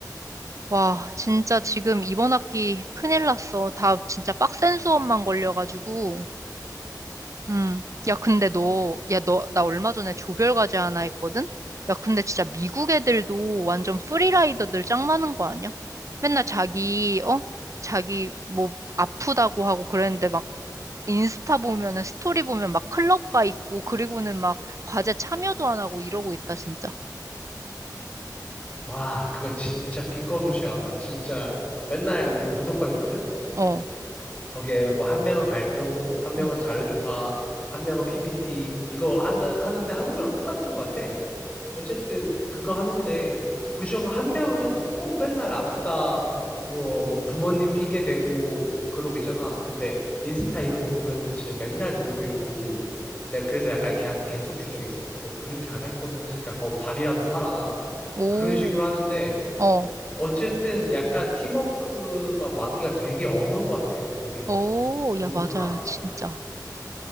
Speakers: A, on the right; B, on the left.
A: 와, 진짜 지금 이번 학기 큰일 났어. 다 진짜 빡센 수업만 걸려가지고. 음. 야, 근데 너, 야, 너, 나 얼마 전에 조별과제 하나 했거든? 야, 근데 진짜 미국 애들도 완전 프리라이더들 짱 많은 거 아니야? 맨날 자기, 어? 자기 뭐 아프다고 하고 그랬는데 막 인스타 보면은 스토리 보면 막 클럽 가 있고 그리고는 막 과제 참여도 안 하고 이러고 있다, 진짜.
B: 와, 그거 진짜 피꺼소시야. 진짜 맨날 우리 단톡방 있거든?
A: 어.
B: 거기에 뭐 한 명은 발표, 한 명은
A: 응.
B: 자료조사, 한 명은 PPT, 이거 한다, 하는데 한국이랑 똑같은 것 같아. 어쨌든 그거 하는데 그중 한 명은 꼭 맨날 아프다 뭐 뭐 부모님 핑계 대고 그러고 있잖아. 근데 인스타 이런 거 보면은 진짜 맨날 놀고 있고 내가 그래서 약간 걔한테 갠톡 준 적 있어요. 너 그렇게 안 할 거면은 그러니까 뭐 밥이라도 사라.
A: 오.
B: 그런 식으로 하는데
A: 어.
B: 어쨌든 약간 팀워크가 맞기가 되게 어려운 것 같아. 여기는
A: 오.
B: 너무
A: 야, 맞아.
B: 다
A: 진짜.